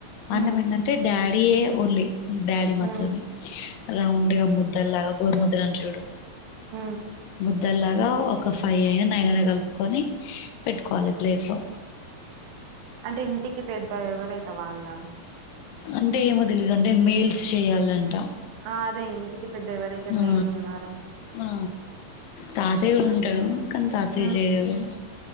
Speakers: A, on the left; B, on the right.
A: అన్నం
B: ఉమ్
A: ఏందంటే డాడ్ డియే ఓన్లీ డాడి మాత్రమే
B: ఉమ్
A: రౌండ్ గా ముద్ద లాగా గోరుముద్దలు అంటరు చూడు
B: ఉమ్
A: ద్దల్లాగా ఒక ఫైవ్ అయినా నైన్ అయినా కలుపుకొని పెట్టుకోవాలి ప్లేట్లో
B: అంటే ఇంటికి పెద్ద ఎవరైత్ వాళ్ళ
A: అంటే ఏమో తెలీదంట మెల్స్ చెయ్యలంట
B: ఆ అదే ఇంటికి పెద్ద ఎవరైతే మేలు
A: ఆ
B: ఉన్నారో
A: ఆ తాతయ్య ఉంటాడు. కానీ తాతయ్య
B: ఉమ్
A: చేయరు